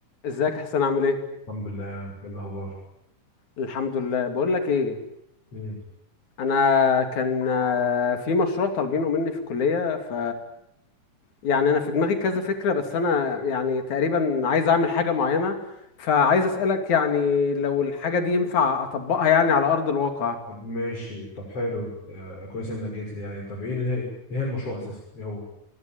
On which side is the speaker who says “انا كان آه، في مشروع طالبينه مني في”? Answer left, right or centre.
Left